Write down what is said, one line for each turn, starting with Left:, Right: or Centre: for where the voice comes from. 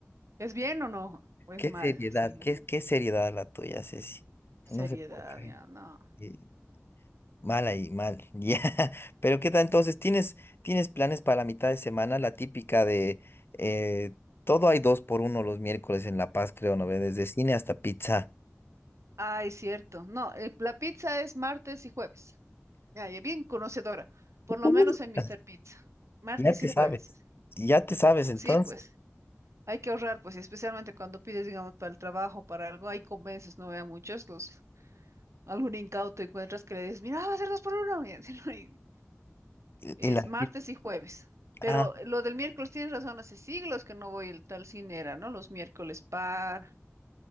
Right: ¿Es bien o no? ¿O es
Left: Qué
Right: mal?
Left: seriedad,
Right: Así, ¿no?
Left: qué, qué seriedad la tuya, Ceci.
Right: Seriedad,
Left: No sé por qué.
Right: ya, no.
Left: eh, Mal ahí, mal. <laughs> Ya. Pero ¿qué tal entonces? ¿Tienes, tienes planes para la mitad de semana? La típica de eh, todo hay dos por uno los miércoles en La Paz, creo, ¿no ve? Desde cine hasta pizza.
Right: Ay, cierto. No, eh, la pizza es martes y jueves. Ya, ya bien conocedora,
Left: Ah,
Right: por lo menos en Mr.
Left: <laughs>
Right: Pizza. Martes
Left: Ya te
Right: y
Left: sabes.
Right: jueves. es.
Left: Ya te sabes, entonces.
Right: Sí, pues, hay que ahorrar, pues, y especialmente cuando pides, digamos, para el trabajo, para algo, ahí convences, no vea muchos los... Algún incauto encuentras que le dices, mira, va a ser dos por uno. Y así, <laughs> ¿no? Y
Left: Y
Right: Es
Left: y la
Right: martes
Left: pi-
Right: y jueves. Pero
Left: ah,
Right: lo del miércoles tienes razón, hace siglos que no voy el tal cine era, ¿no? Los miércoles par.